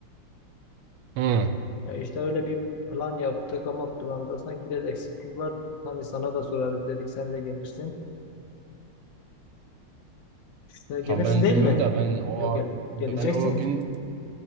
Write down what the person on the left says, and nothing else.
Ya işte öyle bir plan yaptık ama planda sanki biraz eksiklik var. Hani sana da sorarız dedik sen de gelirsin. İşte gelirsin
değil
mi?
Yok gel
geleceksin.